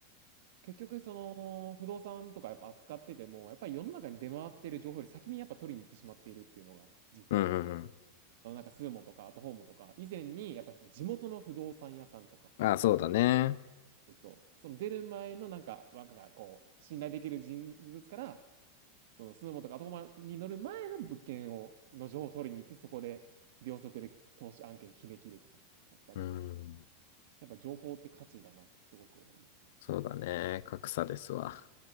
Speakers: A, on the right; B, on the left.
A: 結局、その、不動産とかやっぱ扱ってても、やっぱり世の中に出回ってる情報より先にやっぱ取りに行ってしまっているっていうのが、実際。
B: うんうん
A: そのなんか、スーモとか、アットホームとか、以前に、やっぱ地元の不動産屋さんとか、
B: うん。ああ、そうだね。
A: そうそう、その出る前のなんか、若がこう、信頼できる人物から、そのスーモとかアトコマに乗る前の物件を、の情報を取りに行って、そこで秒速で投資案件決めきるとかね。やっぱり、
B: うん、
A: やっぱ情報って価値だなとすごく思いますね。
B: そうだね。格差ですわ。